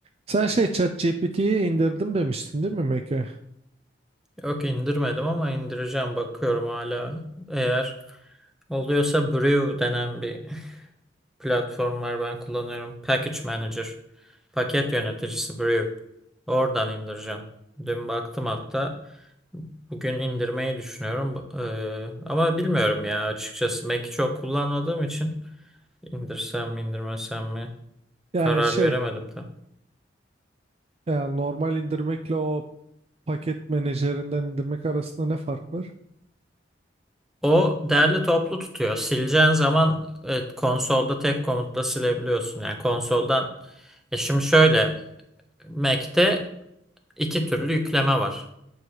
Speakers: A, on the right; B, in the centre.
A: Sen şey ChatGPT'yi indirdim demiştin değil mi Meke?
B: Yok indirmedim ama indireceğim bakıyorum hala. Eğer oluyorsa Brew denen bir platform var ben kullanıyorum. Package Manager, paket yöneticisi Brew. Oradan indireceğim. Dün baktım hatta. Bugün indirmeyi düşünüyorum. Bu- eee, ama bilmiyorum ya açıkçası. Mac'i çok kullanmadığım için indirsem mi indirmesem mi
A: Yani
B: karar
A: şey
B: veremedim tam.
A: yani normal indirmekle o paket menajerinden indirmek arasında ne fark var?
B: O derli toplu tutuyor. Sileceğin zaman evet, konsolda tek komutla silebiliyorsun. Yani konsoldan e şimdi şöyle Mac'te iki türlü yükleme var.